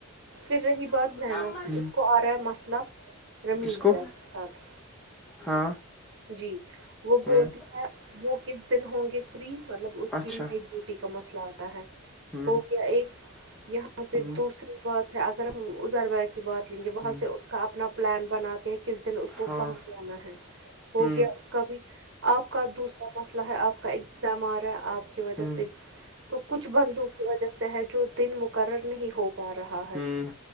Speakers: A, on the right; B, in the centre.
A: پھر رہی بات
B: ہ
A: نینا کی اس کو آ رہا ہے مسئلہ رمیز
B: کس کو
A: بھیا کے ساتھ
B: ہاں
A: جی وہ
B: ہ
A: بولتی ہے وہ کس دن ہوں گے فری مطلب اس کی
B: اچھا
A: نائٹ ڈیوٹی کا مسئلہ آتا ہے
B: ہ
A: ہو گیا ایک یہاں سے
B: ہ
A: دوسری بات اگر ہم ازر بائے کی بات لیں گے وہاں
B: ہ
A: سے اس کا اپنا پلان بنا کے کس دن اس کو
B: ہاں
A: کہاں جانا ہے ہو
B: ہ
A: گیا اس کا بھی آپ کا دوسرا مسئلہ ہے آپ کا اگزام آ رہا ہے آپ کی وجہ
B: ہ ہ
A: سے بھی تو کچھ بندو کی وجہ سے ہے جو دن مقرر نہیں ہو پا رہا ہے
B: ہ